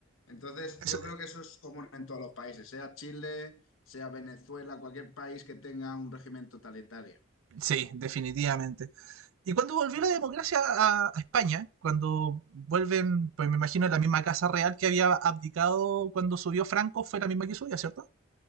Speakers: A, on the left; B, on the right.
A: Entonces,
B: eso,
A: yo creo que eso es común en todos los países, sea Chile, sea Venezuela, cualquier país que tenga un régimen totalitario.
B: sí, definitivamente. Y cuando volvió la democracia a, a, España, cuando vuelven, pues me imagino la misma casa real que había abdicado cuando subió Franco, fue la misma que subió, ¿cierto?